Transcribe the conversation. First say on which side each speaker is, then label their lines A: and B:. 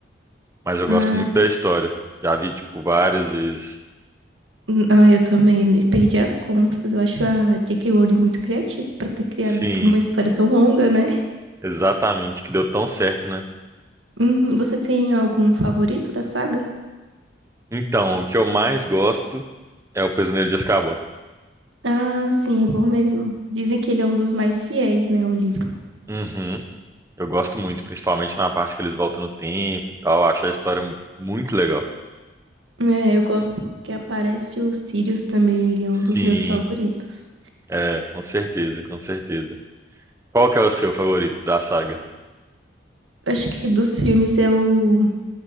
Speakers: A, on the right; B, on the right.
A: mas eu gosto
B: Ah,
A: muito
B: s-
A: da história. Já vi, tipo, várias vezes.
B: Ah, eu também, eu perdi as contas. Eu acho a J.K. Rowling muito criativa pra ter criado
A: Sim,
B: uma história tão longa, né?
A: exatamente, que deu tão certo, né?
B: Uhum, Você tem algum favorito da saga?
A: Então, o que eu mais gosto é o Prisioneiro de Azkaban.
B: Ah, sim, é bom mesmo. Dizem que ele é um dos mais fiéis, né, ao livro.
A: Uhum, eu gosto muito, principalmente na parte que eles voltam no tempo e tal. Acho a história muito legal.
B: É, eu gosto porque aparece o Sirius também, ele é um
A: Sim,
B: dos meus favoritos.
A: é, com certeza, com certeza. Qual que é o seu favorito da saga?
B: Acho que dos filmes é o